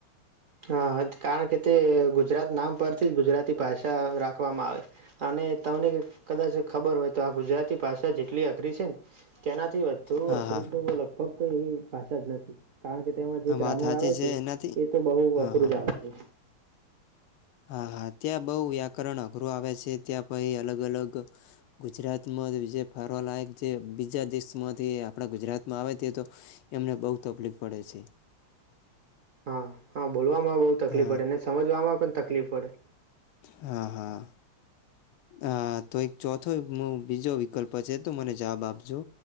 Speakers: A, on the right; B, on the left.
A: હા કારણ કે તે ગુજરાત નામ પરથી જ ગુજરાતી ભાષા રાખવામાં આવે અને તમને કદાચ ખબર હોય તો આ ગુજરાતી ભાષા જેટલી અઘરી છે ને તેનાથી વધુ
B: હા
A: અઘરી
B: હા
A: તો લગભગ કોઈ એવી ભાષા જ નથી. કારણ કે તેમાં જે
B: આ
A: ગ્રામર
B: વાત સાચી
A: આવે છે
B: એનાથી
A: એ તો બહુ
B: હા
A: અઘરું
B: હા
A: જ આવે છે.
B: હા હા ત્યાં બહુ વ્યાકરણ અઘરું આવે છે. ત્યાં પહી અલગ અલગ ગુજરાતમાં બીજે ફરવાલાયક જે બીજા દેશમાંથી આપણા ગુજરાતમાં આવે તે તો એમને બહુ તપલીક પડે છે.
A: હા હા બોલવામાં બહુ તકલીફ
B: હા
A: પડે ને સમજવામાં પણ તકલીફ પડે.
B: હા હા હા તો એક ચોથો બીજો વિકલ્પ છે તો મને જવાબ આપજો.